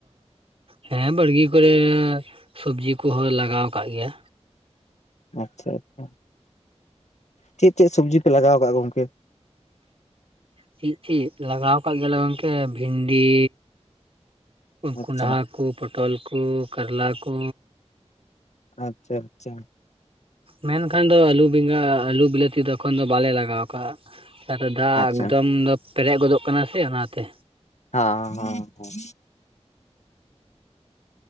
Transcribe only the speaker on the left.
ᱟᱪᱪᱷᱟ ᱟᱪᱪᱷᱟ ᱪᱮᱫ ᱪᱮᱫ ᱥᱚᱵᱡᱤ ᱯᱮ ᱞᱟᱜᱟᱣ ᱟᱠᱟ ᱟ ᱜᱚᱝᱠᱮ?
ᱟᱪᱪᱷᱟ
ᱟᱪᱪᱷᱟ ᱟᱪᱪᱷᱟ
ᱟᱪᱪᱷᱟ
ᱦᱮᱸ ᱦᱚᱸ